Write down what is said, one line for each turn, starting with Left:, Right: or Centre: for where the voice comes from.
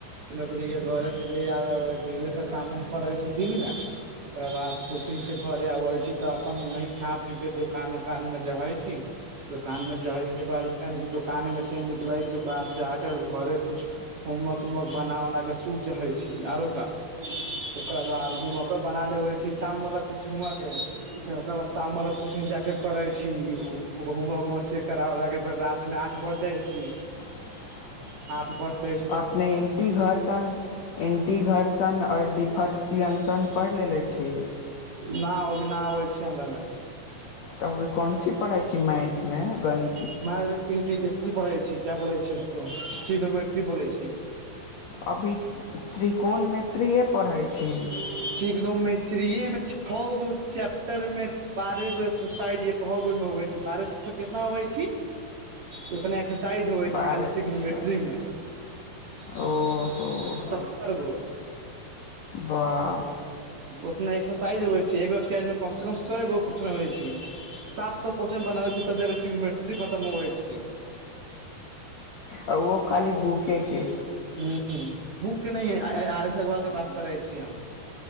Right: फर के घर इह सब कामम पै छै दिनमे <unintelligible> ओकरा बाद कोचिंग सँ घरे अबै छी तऽ अपन वही खा पीके दोकान उोकानमे जै छी दोकान मे जहय के बाद फेर दोकान मे से निकलै के बाद जाक घरे कुछ होमवर्क उमवर्क बना उना के सुत जाहैछी आरो का ओकरा बाद होमवर्क के बना लेबे छी शाम वला कोचिंगवा के फेर ओक बाद शाम वालला कोचिंग जा के करै छी ‌औ होमवर्क उमऽ चेक करा उराकऽ फेर रातिमे आठ बजि जाइ छी
Left: ह
Right: आठ बजतै
Left: अपने इटी घर सन इंटी घर सन और डिफर सियनसन पढ़ि लेलेे छी
Right: नहि, एखन नहि आबै छै हमरा में।
Left: तभी कोन ची पढ़ाइ छी मैथ मे गणित
Right: हमरा आर इीन्टिरी पढ़ै छी क्या बोलै छी उसको ट्रीनोमेट्री बोलै छी
Left: अभी त्रिकोणमिति पढ़ैत छी।
Right: ट्रीगोनोमेटरीमे छगो चैप्टर मे बारह गो एक्सरसाइज होइ छै मतलब बारह वटा एक्सरसाइज एक्सरसाइज होवे
Left: बारह
Right: छै खाली ट्रीगनोमेट्री
Left: छः
Right: मे
Left: ओहो हो
Right: सत्तर गो
Left: बाह
Right: उतना एक्सरसाइज होे छै एगो एक्सरसाइज मे कम से कम सएगो कु छै सात सए क्वेश्चन बनाबै छै तब जा कऽ ट्रिगनोमेटरी क खतम होवे छै
Left: आ ओहो खाली बूकेके
Right: हँ, बुकक नहि, आर एस अग्रवालक बात करै छी हम।